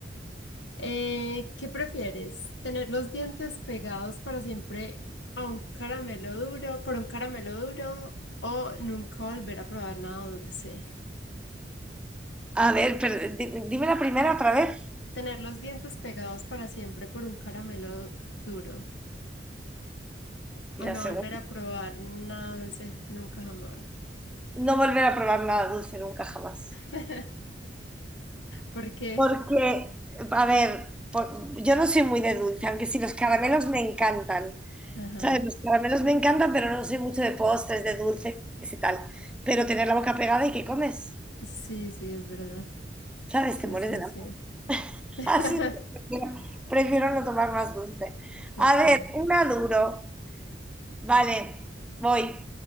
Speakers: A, on the left (about 80°); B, in the centre.
A: Eh, ¿qué prefieres? ¿Tener los dientes pegados para siempre a un caramelo duro, por un caramelo duro, o nunca volver a probar nada dulce?
B: A ver, pero di- dime la primera otra vez
A: Tener los dientes pegados para siempre por un caramelo duro.
B: y
A: O
B: la
A: no
B: segunda.
A: volver a probar nada dulce nunca jamás.
B: No volver a probar nada dulce nunca jamás.
A: <laughs> ¿Por qué?
B: Porque, a ver, por- yo no soy muy de dulce, aunque sí los caramelos me encantan.
A: Ajá.
B: ¿Sabes? Los caramelos me encantan, pero no soy mucho de postres, de dulces y tal. Pero tener la boca pegada y que comes,
A: Sí, sí, es verdad.
B: ¿sabes?
A: Sí,
B: Te mueres
A: sí,
B: de hambre.
A: sí.
B: <laughs>
A: <laughs>
B: Así es que prefiero, prefiero no tomar más dulce.
A: Total.
B: A ver, una duro. Vale, voy.